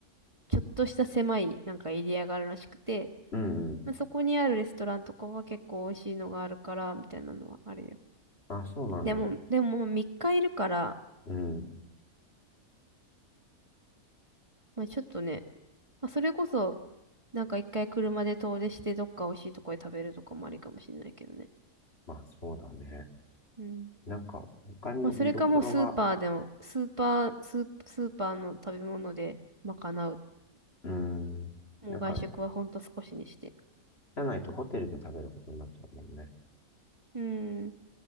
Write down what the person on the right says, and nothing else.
ちょっとした狭いなんかエリアがあるらしくて、
まあ、そこにあるレストランとかは結構美味しいのがあるから、みたいなのはあるよ。
でも、でもまあ3日いるから、
まあちょっとね、まあそれこそ、なんか一回車で遠出してどっか美味しいとこで食べるとかもありかもしれないけどね。
うん。
まあそれかもうスーパーでも、スーパー、スー、スーパーの食べ物で賄う。
もう外食はほんと少しにして。
うん。